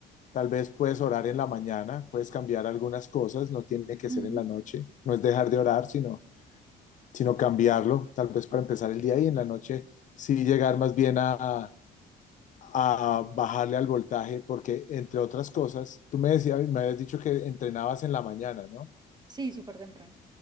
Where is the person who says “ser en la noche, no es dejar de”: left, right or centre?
Left